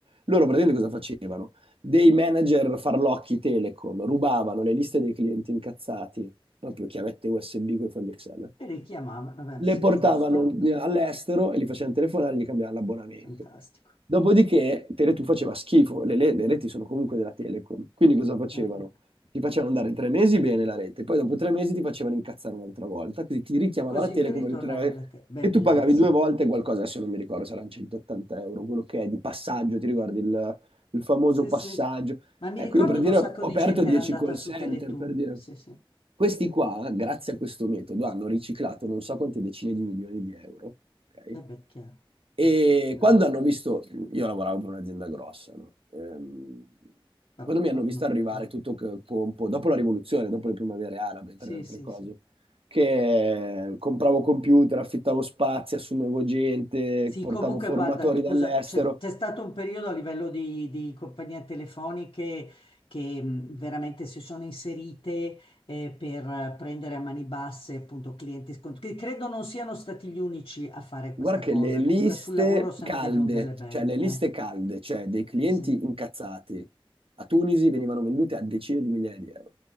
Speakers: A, on the right (about 80°); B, on the left (about 75°).
A: loro praticamente cosa facevano? Dei manager farlocchi Telecom rubavano le liste dei clienti incazzati, proprio chiavette USB con i fogli Excel
B: E li chiamava, vabbè,
A: le
B: sì,
A: portavano
B: giusto,
A: in-
B: Ah,
A: all'estero e li facevano telefonare e gli cambiavano l'abbonamento.
B: fantastico.
A: Dopodiché Tele2 faceva schifo, le, le- le reti sono comunque della Telecom, quindi cosa facevano?
B: Eh, eh.
A: Ti facevano andare tre mesi bene la rete, poi dopo tre mesi ti facevano incazzare un'altra volta, quindi ti richiamava
B: E così
A: la Telecom
B: ti ritornavi
A: e ritornavi-
B: alle te. Beh,
A: e
B: bellissimo.
A: tu pagavi due volte qualcosa, adesso non mi ricordo, saranno 180 euro, quello che è di passaggio, ti ricordi il il famoso
B: Sì,
A: passaggio
B: sì. Ma mi
A: Ecco,
B: ricordo
A: io per
B: che
A: dire,
B: un sacco
A: ho
B: di
A: aperto
B: gente
A: 10
B: era andata
A: call center,
B: su Tele2.
A: per dire,
B: Sì, sì.
A: questi qua, grazie a questo metodo, hanno riciclato non so quante decine di milioni di euro, ok?
B: E beh, chiaro.
A: E
B: Mm, bello.
A: quando hanno visto, io lavoravo per un'azienda grossa, no? Ehm,
B: Vabbè,
A: quando mi
B: no,
A: hanno visto
B: no,
A: arrivare
B: no.
A: tutto che- compo, dopo la rivoluzione, dopo le primavere arabe,
B: Sì,
A: tra le altre
B: sì,
A: cose,
B: sì.
A: che compravo computer, affittavo spazi, assumevo gente,
B: Sì,
A: portavo
B: comunque
A: formatori
B: guarda, scusa,
A: dall'estero,
B: c'è c'è stato un periodo a livello di, di compagnie telefoniche che mh, veramente si sono inserite eh, per eh, prendere a mani basse appunto clienti scontri, che credo non siano stati gli unici a fare
A: Guarda
B: questa
A: che
B: cosa,
A: le liste
B: comunque sul lavoro se
A: calde,
B: ne vedono delle belle.
A: cioè le liste
B: eh.
A: calde, cioè dei clienti
B: Sì, sì.
A: incazzati a Tunisi venivano vendute a decine di migliaia di euro.